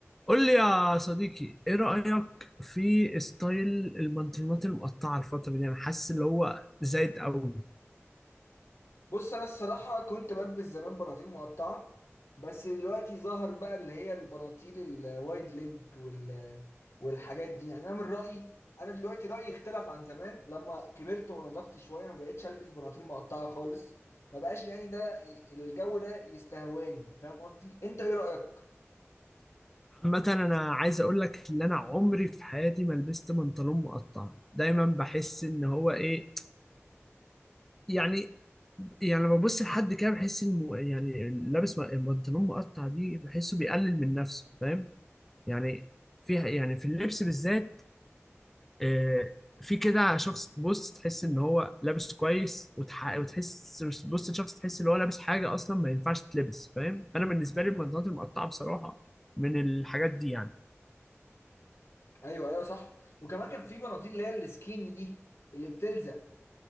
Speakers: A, in the centre; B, on the left (about 65°).
A: قول لي يا صديقي ايه رأيك في ستايل البنطلونات المقطعة الفترة دي انا حاسس اللي هو زايد قوي
B: بص انا الصراحه كنت بلبس زمان بناطيل مقطعه بس دلوقتي ظهر بقى اللي هي البناطيل الوايد ليج وال والحاجات دي يعني انا من رايي انا دلوقتي رايي اختلف عن زمان لما كبرت ونضجت شويه ما بقتش البس بناطيل مقطعه خالص ما بقاش يعني ده الجو ده يستهواني فاهم قصدي انت ايه رايك
A: عامة انا عايز اقول لك ان انا عمري في حياتي ما لبست بنطلون مقطع دايما بحس ان هو ايه يعني يعني لما ببص لحد كده بحس الم... يعني لابس م- البنطلون مقطع دي بحسه بيقلل من نفسه فاهم يعني في يعني في اللبس بالذات آه، في كده شخص بص تحس ان هو لابس كويس وتح... وتحس بص شخص تحس ان هو لابس حاجه اصلا ما ينفعش تلبس فاهم انا بالنسبه لي البنطلونات المقطعه بصراحه من الحاجات دي يعني
B: ايوه ايوه صح وكمان كان في بناطيل اللي هي السكيني دي اللي بتلزق